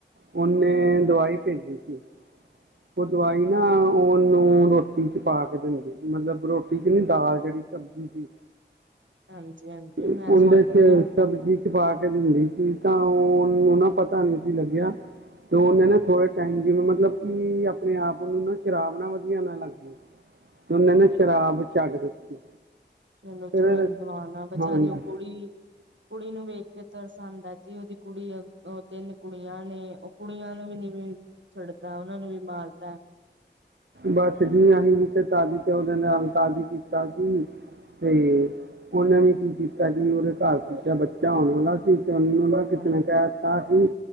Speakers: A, on the right; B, on the right.
A: ਉਹਨੇ
B: ਹਾਂਜੀ
A: ਦਵਾਈ ਭੇਜੀ ਸੀ। ਉਹ
B: ਹਾਂਜੀ
A: ਦਵਾਈ ਨਾ ਉਹਨੂੰ ਰੋਟੀ ਚ ਪਾ ਕੇ ਦਿੰਦੇ, ਮਤਲਬ ਰੋਟੀ ਚ ਨੀ ਦਾਲ ਜਿਹੜੀ ਸਬਜ਼ੀ ਸੀ।
B: ਹਾਂਜੀ ਹਾਂਜੀ
A: ਉਹਦੇ
B: ਮੈਂ ਸੋਚਦੀ
A: 'ਚ
B: ਹਾਂ।
A: ਸਬਜ਼ੀ ਚ ਪਾ ਕੇ ਦਿੰਦੀ ਸੀ। ਤਾਂ ਉਹਨੂੰ ਨਾ ਪਤਾ ਨਹੀਂੀ ਸੀ ਲੱਗਿਆ। ਤੇ ਉਹਨੇ ਨਾ ਥੋੜੇ ਟਾਈਮ ਜਿਵੇ, ਮਤਲਬ ਕੀ ਆਪਣੇ ਆਪ ਨੂੰ ਨਾ ਸ਼ਰਾਬ ਨਾ ਵਧੀਆ ਨਾ ਲੱਗ ਜੇ, ਨੀ-
B: ਹਾਂਜੀ
A: ਨੀ ਸ਼ਰਾਬ ਛੱਡ ਦਿੱਤੀ।
B: ਚਲੋ
A: ਫਿਰ
B: ਜੀ ਮੈਂ ਹੀ ਦਵਾਨ ਆ। ਬਚਾਰੀ
A: ਹਾਂਜੀ
B: ਉਹ ਕੁੜੀ ਕੁੜੀ ਨੂੰ ਵੇਖ ਕੇ ਤਰਸੰਦ ਹੈ ਜੀ। ਉਹਦੀ ਕੁੜੀ ਉਹ ਤਿੰਨ ਕੁੜੀਆਂ ਨੇ ਕੁੜੀਆਂ ਨੂੰ ਵੀ ਨੀਂ ਛੱਡਦਾ। ਉਹਨਾ ਨੂੰ ਵੀ ਮਾਰਦਾ ਐ।
A: ਬਸ ਜੀ, ਅਸੀਂ ਜ ਤੇ ਤਾਜ਼ੀ ਤੇ ਉਹਦੇ ਨਾਲ ਤਾਜ਼ੀ ਕੀਤਾ ਸੀ। ਤੇ ਉਹਨੇ ਵੀ ਕੀ ਕੀਤਾ ਜੀ। ਕਿ ਉਹਦੇ ਘਰ ਦੂਜਾ ਬੱਚਾ ਆਉਣ ਵਾਲਾ ਸੀ। ਤੇ ਉਹਨ ਕਿਸ
B: ਹਾਂਜੀ
A: ਨੇ ਕਹਿ
B: ਹਾਂਜੀ
A: ਦਿੱਤਾ ਸੀ।